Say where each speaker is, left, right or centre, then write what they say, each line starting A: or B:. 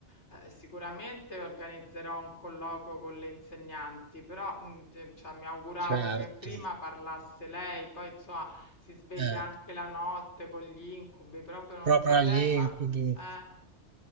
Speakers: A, on the left (about 75°); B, on the right (about 50°).
A: eh, sicuramente organizzerò un colloquio con le insegnanti, però mh, c- cioè, mi auguravo
B: Certo,
A: che prima parlasse lei, poi insomma si sveglia
B: eh,
A: anche la notte con gli incubi, proprio non
B: proprio
A: saprei,
B: agli
A: ma
B: incubi.
A: eh.